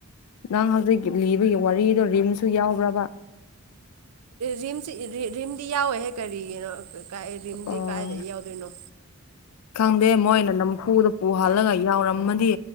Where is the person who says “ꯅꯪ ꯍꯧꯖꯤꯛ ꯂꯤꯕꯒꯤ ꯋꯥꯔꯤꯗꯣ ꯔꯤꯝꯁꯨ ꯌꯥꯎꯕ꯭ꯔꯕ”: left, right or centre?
Left